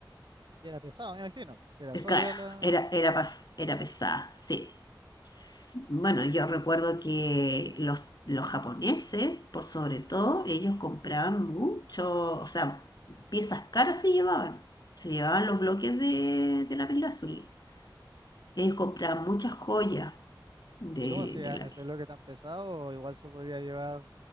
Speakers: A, on the right; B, on the left.
A: Y era pesado, me imagino. Si era
B: Eh,
A: sólida
B: Claro,
A: la...
B: era, era, pas- era pesada, sí. Bueno, yo recuerdo que los, los japoneses, por sobre todo, ellos compraban mucho, o sea, piezas caras se llevaban. Se llevaban los bloques de, de lápiz lazuli. Ellos compraban muchas joyas de,
A: ¿Y cómo se
B: de
A: llama
B: lápiz.
A: ese bloque tan pesado? O igual se podía llevar